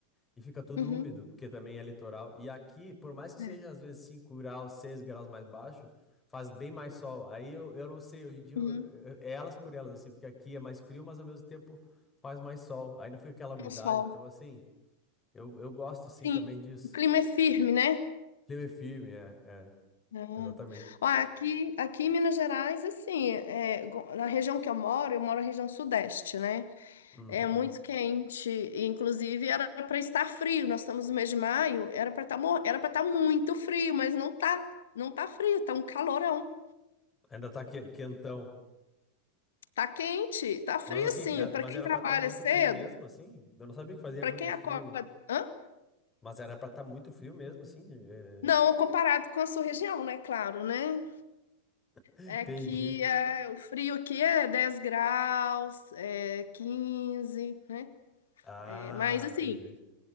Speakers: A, on the left; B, on the left.
A: E fica tudo
B: Uhum.
A: úmido, porque também é litoral. E aqui, por mais que seja
B: É.
A: às vezes 5 graus, 6 graus mais baixo, faz bem mais sol. Aí eu, eu não sei, hoje em dia
B: Uhum.
A: eu- eu- é elas por elas, assim, porque aqui é mais frio, mas ao mesmo tempo faz mais sol. Aí não fica aquela umidade.
B: Um sol.
A: Então, assim, eu, eu gosto assim
B: Sim.
A: também disso.
B: O clima é firme, né?
A: Clima é firme, é, é,
B: É.
A: exatamente.
B: Ó, aqui, aqui em Minas Gerais, assim, é, go- na região que eu moro, eu moro na região sudeste, né?
A: Uhum.
B: É muito quente, e, inclusive era para estar frio. Nós estamos no mês de maio, era para estar era para estar muito frio, mas não tá, não tá frio, tá um calorão.
A: Ainda tá que- quentão.
B: Tá quente, tá frio
A: Mas assim,
B: sim,
A: era,
B: para
A: mas
B: quem
A: era
B: trabalha
A: pra estar muito
B: cedo,
A: frio mesmo, assim. Eu não sabia que fazia
B: para
A: muito
B: quem
A: frio,
B: acorda, hã?
A: mas era pra estar muito frio mesmo, assim. é,
B: Não, comparado com a sua região, né? Claro, né?
A: <laughs>
B: É
A: Entendi.
B: que é, o frio aqui é 10 graus, é 15 né?
A: Ah,
B: É, Mas assim,
A: entendi.